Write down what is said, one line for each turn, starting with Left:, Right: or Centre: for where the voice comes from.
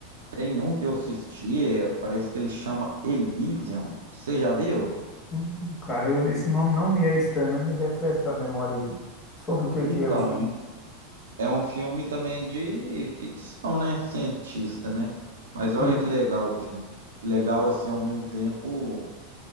Right: Tem um que eu assisti, é, parece que ele chama Elysium. Você já viu?
Left: Hum, Cara, eu- esse nome não me é estranho, mas me refresca a memória aí. Sobre o que
Right: Então,
Left: que é o filme?
Right: é um, é um filme também de ficção, né? Cientista, né? Mas olha
Left: Hum.
Right: que legal o filme. Que legal, assim, ao mesmo tempo